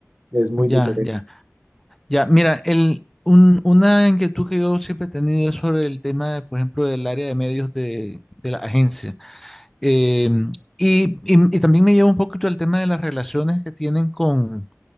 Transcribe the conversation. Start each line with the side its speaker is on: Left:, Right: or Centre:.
Right: Es muy
Centre: Ya,
Right: diferente.
Centre: ya, ya. Mira, el, un, una inquietud que yo siempre he tenido es sobre el tema, de, por ejemplo, del área de medios de, de la agencia. Eh, y, y- y también me lleva un poquito al tema de las relaciones que tienen con,